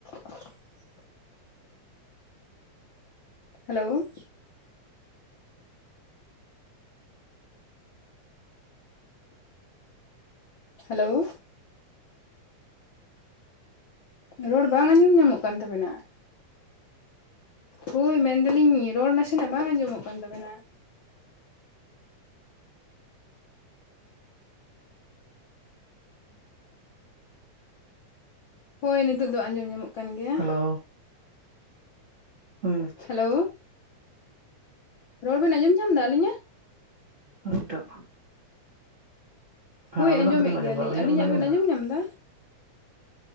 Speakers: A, on the left; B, on the right.
A: <inaudible> Hello, hello ᱨᱚᱲ ᱵᱟᱝ
B: hello
A: ᱟᱸᱡᱚᱢ ᱧᱟᱢᱚᱜ ᱠᱟᱱ ᱛᱟᱵᱮᱱᱟ᱾ ᱦᱳᱭ ᱢᱮᱱᱫᱟᱞᱤᱧ ᱨᱚᱲ ᱱᱟᱥᱮᱱᱟᱜ ᱵᱟᱝ ᱟᱸᱡᱚᱢᱚᱜ
B: ᱦᱮᱞᱳ
A: ᱠᱟᱱ ᱛᱟᱵᱮᱱᱟ᱾ ᱦᱚᱭ ᱱᱤᱛᱚᱜ ᱫᱚ ᱟᱸᱡᱚᱢ ᱧᱟᱢᱚᱜ ᱠᱟᱱ ᱜᱮᱭᱟ᱾
B: ᱦᱮᱞᱳ ᱟᱪᱪᱷᱟ,
A: ᱦᱮᱞᱳ ᱨᱚᱲ ᱵᱮᱱ ᱟᱸᱡᱚᱢ ᱧᱟᱢ ᱫᱟ ᱟᱹᱞᱤᱧᱟᱜ,
B: ᱦᱚᱭ ᱱᱤᱛᱚᱜ,
A: ᱦᱳᱭ
B: ᱟᱵᱤᱱᱟᱜ
A: ᱟᱸᱡᱚᱢᱮᱜ
B: ᱫᱚᱞᱤᱧ ᱟᱸᱡᱚᱢ
A: ᱜᱮᱭᱟᱞᱤᱧ
B: ᱮᱫᱟ
A: ᱟᱹᱞᱤᱧᱟᱜ
B: ᱵᱤᱱ
A: ᱵᱮᱱ
B: ᱮᱫᱟ
A: ᱟᱸᱡᱚᱢ ᱧᱟᱢ ᱫᱟ,